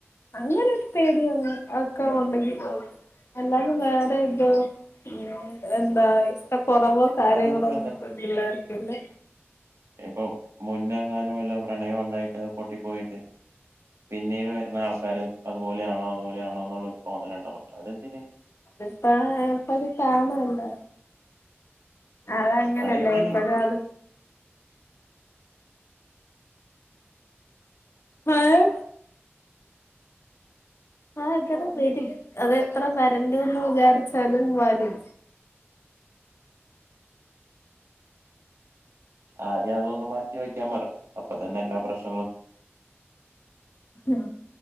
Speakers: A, on the left; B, on the right.
A: അങ്ങനെരു പേടിയോ ഒക്കെ ഉണ്ടെങ്കില അല്ലാതെ വേറെ ഇതോ ഉ എന്താ കുറവോ കാര്യങ്ങളോ
B: അതിനിപ്പോ
A: ഒന്നിട്ടള്ളർക്കല്ലേ
B: ഇപ്പം മുന്നേകാലോ വല്ലോം പ്രണയം ഉണ്ടായിട്ട് പൊട്ടിപ്പോയിട്ട് പിന്നീട് വരുന്ന ആൾക്കാര് അതുപോലെയാണോ അതുപോലെയാണോ എന്നുള്ളരു തോന്നല ഉണ്ടാവല്ലോ അതെന്തര്
A: ഇപ്പാ എളുപ്പതി കാണാലോ അതങ്ങനെയല്ലേ
B: അതെന്തിന്
A: എപ്പഴും അത് ആഹ് ആഹ് അങ്ങനെ വരും അത് എത്ര വരണ്ടുന്ന് വിചാരിച്ചാലും വരും
B: ആദ്യം അതൊന്ന് മാറ്റി വെക്കാൻ അപ്പൊ തന്നെല്ലാ പ്രശ്നം
A: ആഹ്